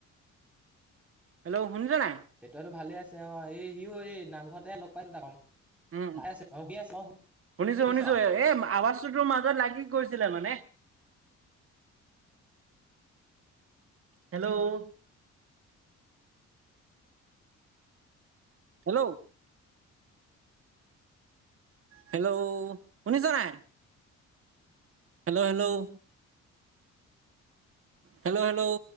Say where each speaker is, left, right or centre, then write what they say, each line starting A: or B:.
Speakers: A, on the right; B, in the centre.
A: হেল্লৌ' শুনিছ নাই?
B: পেটোৱাতো ভালে আছে অঁ' এই সিও এই নামঘৰতে লগ পাইছিলো তাক।
A: উম'
B: ভালে আছে অ শুই আছে অ
A: শুনিছো
B: শুনিছ
A: শুনিছো, এই আৱাজটো তোৰ মাজত লাগি গৈছিলে মানে। হেল্লৌ' হেল্লৌ' হেল্লৌ' শুনিছ নাই? Hello hello hello hello